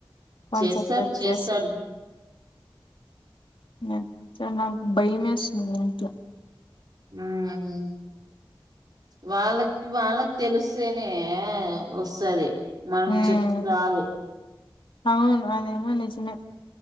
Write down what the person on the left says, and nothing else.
కాన్సన్ట్రేట్
చేసి నిజంగా భయమేస్తుంది ఇంట్లో
ఉమ్
అవును అదేమో నిజమే